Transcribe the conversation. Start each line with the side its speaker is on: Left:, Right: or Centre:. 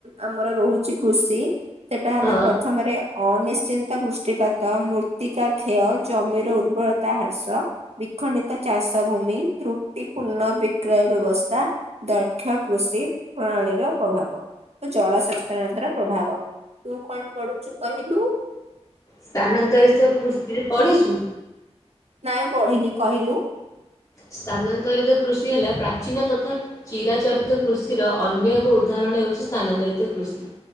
Right: ଆମର ରହୁଛି କୃଷି ସେଟା ହେଲା
Left: ହଁ
Right: ପ୍ରଥମରେ ଅନିଶ୍ଚିନ୍ତ ବୃଷ୍ଟିପାତ ମୃର୍ତ୍ତିକା କ୍ଷୟ ଜମିର ଉର୍ବରତା ହ୍ରାସ ବିଖଣ୍ଡିତ ଚାଷ ଭୂମି ତ୍ରୁଟି ପୂର୍ଣ୍ଣ ବିକ୍ରୟ ବ୍ୟବସ୍ଥା ଦକ୍ଷ କୃଷି ପ୍ରଣାଳୀର ପ୍ରଭାବ ଓ ଜଳ ସଚେତନତା ର ପ୍ରଭାବ ତୁ କଣ ପଢୁଛୁ କହିଲୁ?
Left: ସ୍ଥାନାନ୍ତରିତ କୃଷି ରେ ପଡିଛୁ?
Right: ନାଇଁ ପଢିନି କହିଲୁ?
Left: ସ୍ଥାନାନ୍ତରିତ କୃଷି ହେଲା ପ୍ରାଚୀନ ତଥା ଚିରାଚରିତ କୃଷିର ଅନ୍ୟ ଏକ ଉଦାହରଣ ହେଉଛି ସ୍ଥାନାନ୍ତରିତ କୃଷି।